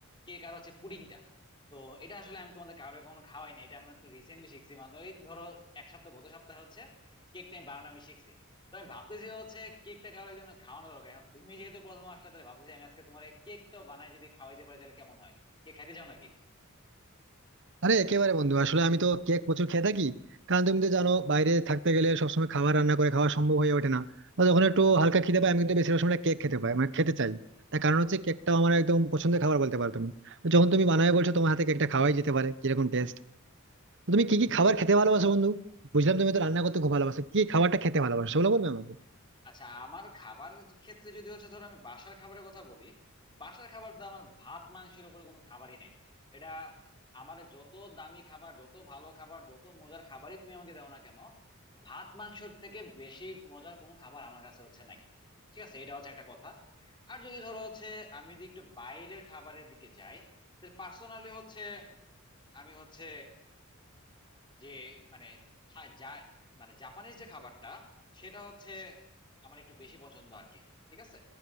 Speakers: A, on the left (about 20°); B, on the right (about 60°).
A: কেক আর হচ্ছে পুডিংটা তো এটা আসলে আমি তোমাদের কাউরে কখনো খাওয়াই না এটা আমি তো রিসেন্টলি শিখছি মানে ওই ধরো এক সপ্তাহ গত সপ্তাহে হচ্ছে কেকটা আমি বানানো আমি শিখছি তো আমি ভাবতেছি হচ্ছে কেকটা কারো একজন খাওয়ানো দরকার এখন তুমি যেহেতু প্রথম আসলে তাহলে ভাবতেছি আমি আজকে তোমার কেকটাও বানায় যদি খাওয়াইতে পারি তাহলে কেমন হয় কেক খাইতে চাও নাকি
B: আরে একেবারে বন্ধু আসলে আমি তো কেক প্রচুর খেয়ে থাকি কারণ তুমি তো জানো বাইরে থাকতে গেলে সবসময় খাবার রান্না করে খাওয়া সম্ভব হয়ে ওঠে না বা যখন একটু হালকা খেতে পাই আমি কিন্তু বেশিরভাগ সময় কেক খেতে পাই মানে খেতে চাই তার কারণ হচ্ছে কেকটাও আমার একদম পছন্দের খাবার বলতে পারো তুমি তো যখন তুমি বানায় বলছো তোমার হাতে কেকটা খাওয়াই যেতে পারে কিরকম টেস্ট তুমি কি কি খাবার খেতে ভালোবাসো বন্ধু বুঝলাম তুমি তো রান্না করতে খুব ভালোবাসো কি কি খাবারটা খেতে ভালোবাসো সেগুলো বলবে আমাকে
A: আচ্ছা আমার খাবার ক্ষেত্রে যদি হচ্ছে ধরো আমি বাসার খাবারের কথা বলি বাসার খাবার তো আমার ভাত মাংসের উপরে কোনো খাবারই নাই এটা আমার যত দামি খাবার যত ভালো খাবার যত মজার খাবারই তুমি আমাকে দাও না কেন ভাত মাংসের থেকে বেশি মজার কোনো খাবার আমার কাছে হচ্ছে নাই ঠিক আছে এটা হচ্ছে একটা কথা আর যদি ধরো হচ্ছে আমি যদি একটু বাইরের খাবারের দিকে যাই তাহলে পার্সোনালি হচ্ছে আমি হচ্ছে যে মানে থা- যা মানে জাপানিজ যে খাবারটা সেটা হচ্ছে আমার একটু বেশি পছন্দ আর কি ঠিক আছে